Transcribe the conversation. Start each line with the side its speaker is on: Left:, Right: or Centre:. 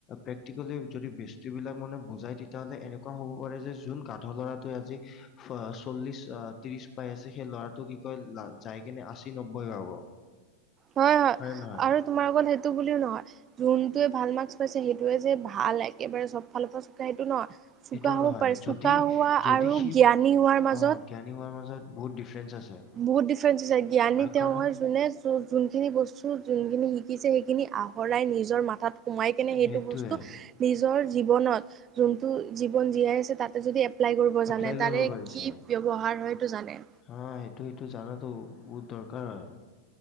Left: প্ৰেক্টিকেলি যদি বেস্তি বিলাক মানে বুজাই তেতিয়াাহ'লে এনেকুৱা হ'ব পাৰে যে যোন গাধ ল'ৰাটোৱে আজি ফা চল্লিশ আহ ত্ৰিশ পাই আছে সেই ল'ৰাটো কি কয় যাই কেনে আশী, নব্বৈ পাব।
Right: হয় হয়
Left: হয়নে নহয়
Right: আৰু তোমাৰ অকল সেইটো বুলিও নহয় যোনটোৱে ভাল মাৰ্কছ পাইছে সেইটোৱে যে ভাল একেবাৰে চব ফালে ফাৰ্ষ্ট সেইটো নহয় চোকা
Left: সেইটো
Right: হ'ব
Left: নহয়
Right: পাৰে চোকা
Left: যদি
Right: হোৱা
Left: যদি
Right: আৰু
Left: সি
Right: জ্ঞানী হোৱাৰ মাজত
Left: অ ট্ৰেইনিঙৰ মাজত বহুত ডিফাৰেঞ্চ আছে।
Right: বহুত ডিফাৰেঞ্চ আছে জ্ঞানী
Left: আৰু
Right: তেওঁ
Left: কাৰণ
Right: হয় যোনে যো যোনখিনি বস্তু যোনখিনি শিকিছে সেইখিনি আহৰাই নিজৰ মাথাত সোমাই কিনে সেইটো
Left: সেইটোৱে
Right: বস্তু নিজৰ জীৱনত যোনটো জীৱন জীয়াই আছে তাতে যদি এপ্লাই কৰিব
Left: এপ্লাই
Right: জানে
Left: কৰিব
Right: তাৰে
Left: পাৰিছে
Right: কি ব্যৱহাৰ হয়টো জানে
Left: হা ইটো সিটো জানাতো বহুত দৰকাৰ হয়।